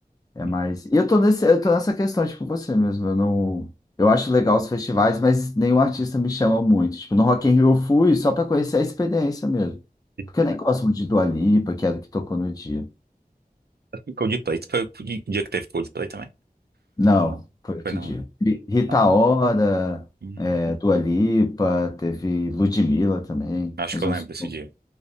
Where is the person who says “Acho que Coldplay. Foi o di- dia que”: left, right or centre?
Right